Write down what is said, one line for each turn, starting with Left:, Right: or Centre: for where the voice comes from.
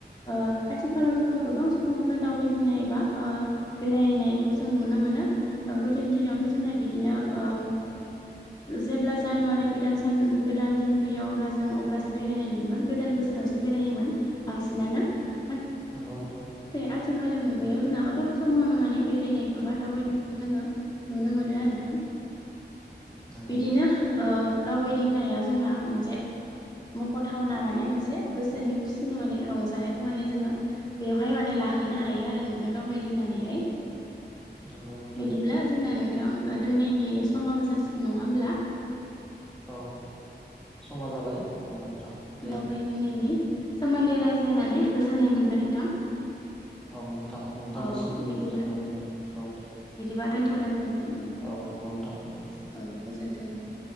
Left: ओ आथिखालाव जोङो गोबां सुबुंखौनो दावबायदिंनाय एबा ओ बेरायनाय खौ जों नुनो मोनो ओ गोदोनि दिनावथ' जोंना बिदिनो ओं <unintelligible> जेब्ला जानुवारि गोदान सान ओ गोदान दिन फैयो अब्ला जों अब्लासो बेरायनाय नुयोमोन गोदान बोस सोरावसो बेरायोमोन बांसिनानो नाथ
Centre: नंगौ नोंथां
Left: थाय आथिखालनि मुगायाव जोंना ओ सब समावनो माने बेरायनायखौ बा दावबायनायखौ जोङो नुनो मो मोनो <unintelligible> नोंथां।
Centre: नंगौ
Left: बिदिनो ओह
Centre: औ
Left: दावबायदिंनाया जोंना मोनसे मख'थावना माने मोनसे गोसोनि खुसिनि माने रंजानायखौ माने जोङो बेवहाय माने लाहैनो हायो आरो नोंथां दावबायदिंनानैहाय।
Centre: नंगौ नोंथां
Left: बिदिब्ला जोंना नोंथां ओ दोननायनि समाबो जासिगोन नङा होमब्ला
Centre: औ समा जाबाय। औ नोंथां
Left: <unintelligible>
Centre: दे
Left: दावबायदिंनायनि सोमोन्दै रायज्लायनानै गोजोननाय मोनबाय नोंथां। <inaudible>
Centre: औ नोंथां नोंथांनिसिमबो
Left: औ बिदिब्ला
Centre: गोजोननाय मोनबाय औ दे
Left: बिदिबा दोनथ'लायबाय नोंथां
Centre: औ नंगौ। नोंथां दे।
Left: औ गोजोन्थों नोंथां।